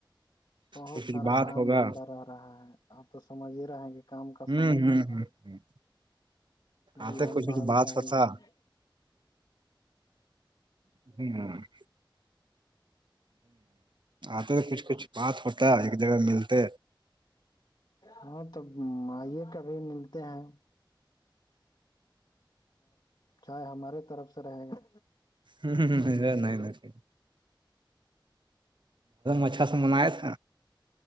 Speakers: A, on the left (about 65°); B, on the right (about 65°).
A: بہت
B: کچھ کچھ
A: سارا
B: بات
A: کام
B: ہوگا
A: دھندا رہا رہا ہے اپ تو سمجھ ہی رہا ہے کہ کام
B: ہوں
A: کا سمے
B: ہوں
A: چل
B: ہ
A: رہا
B: ہ
A: ہے بہان
B: آتے کچھ کچھ
A: بل
B: بات
A: کااہ
B: ہوتا
A: جائ ہ
B: <unintelligible> آتے تو کچھ کچھ بات ہوتا ہے ایک جگہ ملتے
A: ہاں تو ائیے کبھی ملتے ہیں چائے ہمارے طرف سے رہیں گے
B: نہیں نہیں اچھا سے منایا تھا